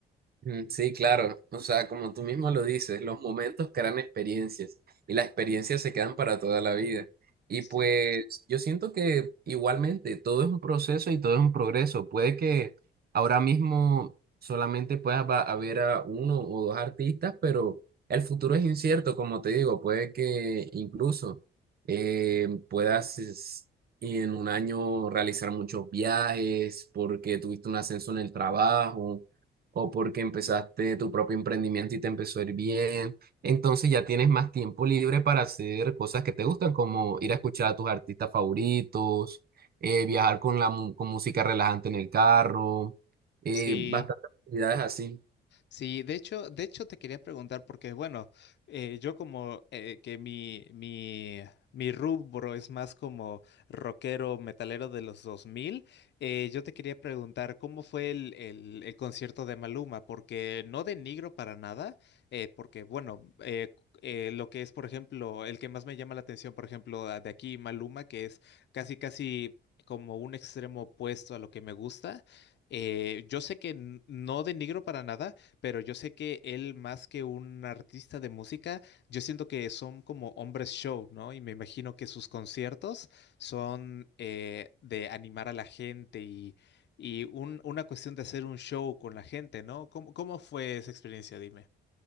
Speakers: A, on the right (about 50°); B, on the left (about 60°).
A: Mm, Sí, claro. O sea, como tú mismo lo dices, los momentos crean experiencias y las experiencias se quedan para toda la vida. Y
B: Sí.
A: pues yo siento que igualmente todo es un proceso y todo es un progreso. Puede que ahora mismo solamente puedas va- a ver a uno o dos artistas, pero el futuro es incierto, como te digo. Puede que incluso eh, puedas es- y en un año realizar muchos viajes porque tuviste un ascenso en el trabajo o porque empezaste tu propio emprendimiento y te empezó a ir bien. Entonces ya tienes más tiempo libre para hacer cosas que te gustan, como ir a escuchar a tus artistas favoritos, eh, viajar con la mu- con música relajante en el carro, eh,
B: Sí.
A: bastantes actividades así.
B: Sí, de hecho, de hecho te quería preguntar porque, bueno, eh, yo como eh, que mi, mi, mi rubro es más como rockero, metalero de los 2000, eh, yo te quería preguntar cómo fue el, el, el concierto de Maluma, porque no denigro para nada, eh, porque, bueno, eh, eh, lo que es, por ejemplo, el que más me llama la atención, por ejemplo, de aquí Maluma, que es casi, casi como un extremo opuesto a lo que me gusta. eh, yo sé que n- no denigro para nada, pero yo sé que él más que un artista de música, yo siento que son como hombres show, ¿no? Y me imagino que sus conciertos son eh, de animar a la gente y, y un- una cuestión de hacer un show con la gente, ¿no? ¿Cómo, cómo fue esa experiencia? Dime.